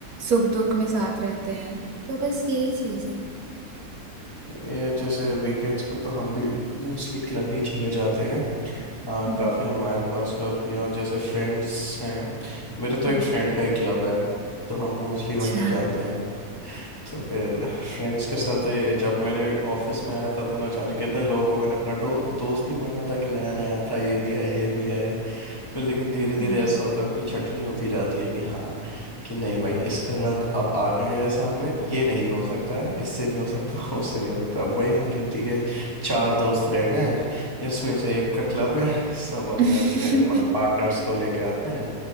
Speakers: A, on the right (about 65°); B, on the left (about 20°).
A: सुख दुख में साथ रहते हैं तो बस यही चीज है
B: ये यार जैसे वीकेंड्स पे तो हम भी मोस्टली क्लब ही चले जाते हैं हाँ
A: हम्म,
B: काफ़ी हमारे पास क्लब्स भी हैं और जैसे फ्रेंड्स हैं मेरे तो
A: हम्म,
B: एक फ्रेंड का ही क्लब है तो हम मोस्टली
A: अच्छा
B: वहीं जाते हैं तो फिर फ्रेंड्स के साथ तो ये जब मैंने ऑफिस में आया था तो ना जाने कितने लोगों को मैंने अपना दो, दोस्त ही माना था कि नया नया था ये भी है ये भी है फिर लेकिन धीरे धीरे
A: हम्म
B: ऐसा होता है उनकी छटनी होती जाती है कि हाँ कि नहीं भाई इसके रंग अब आ गए हैं सामने ये नहीं हो सकता है इससे नहीं हो सकता <laughs> उससे नहीं हो सकता वही हम गिनती के चार दोस्त रह गए हैं, जिसमें से एक का क्लब है सब
A: <laughs>
B: अपने अपने मतलब पार्टनर्स को लेके आते हैं